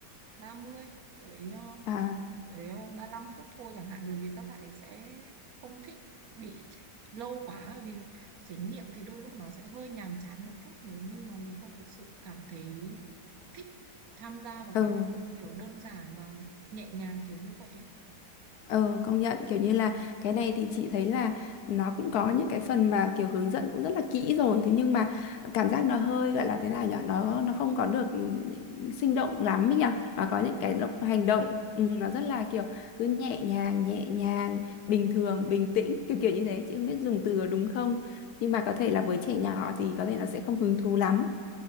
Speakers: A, on the right; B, on the left.
A: 30 tới ờ,
B: à
A: tới ờ, ba lăm phút thôi chẳng hạn bởi vì các bạn ấy sẽ không thích bị lâu quá bởi vì trải nghiệm thì đôi lúc nó sẽ hơi nhàm chán một chút nếu như mà mình không thực sự cảm thấy thích tham gia vào
B: ừ
A: cái hoạt động kiểu đơn giản và nhẹ nhàng kiểu như vậy ấy.
B: Ừ, công nhận kiểu như là cái này thì chị thấy là nó cũng có những cái phần mà kiểu hướng dẫn cũng rất là kỹ rồi thế nhưng mà cảm giác nó hơi gọi là thế nào nhở nó nó không có được ừ, sinh động lắm ấy nhở nó có những
A: Đúng
B: cái động
A: rồi.
B: hành động ừ, nó rất là kiểu cứ nhẹ nhàng nhẹ nhàng bình thường bình tĩnh kiểu kiểu như thế chị không biết dùng từ có đúng không nhưng mà có thể là với trẻ nhỏ thì có thể nó sẽ không hứng thú lắm